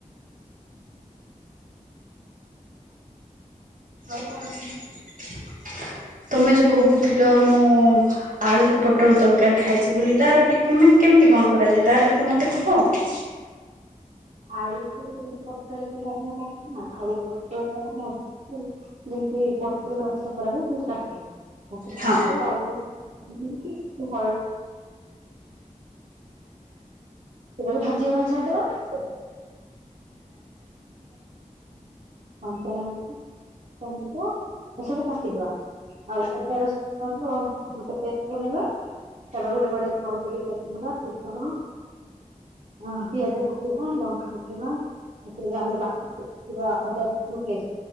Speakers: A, on the right; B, on the right.
A: ଆଉ କଣ ଅଛି? ତମେ ଯୋଉ କହୁଥିଲ ମୁଁ ଆଳୁକୁ ପୋଟଳ ତରକାରୀ ଖାଇଛି ବୋଲି ତାର ଟିକେ କେମିତି କଣ କରାଯାଏ ତାର ଟିକେ ମତେ କୁହ?
B: ଆଳୁକୁ ଯମ ତରକାରୀ କଲେ କାଟ ଆଉ ପଟଳକୁ ମଝି <unintelligible> ଯେମିତି ପଟୁର ରସା କରାହୁଏ ସେମିତି କାଟିବି। ମୋ
A: ହଁ
B: ଅଳ୍ପ <unintelligible> ସେଟ ଭାଜିବା ପାଇଁ ଛାଡିଦବା। <inaudible> କଞ୍ଚା ଲଙ୍କା ଏସବୁ କାଟିଦବା ଆଉ ଅଦା ରସ ୁ ମତେ <inaudible> ତାପରେ ଗୋଟେ କଂକୁଡ଼ି ଫୁଟଣ ହଁ ପିଆଜ ପ କୁଭା ଲଙ୍କା ପକେଇବା ଓପୁରୁକୁ ଆମେ ବାଟି ଦେଖି ଥିବା ଅଦାରସୁଣ ପେ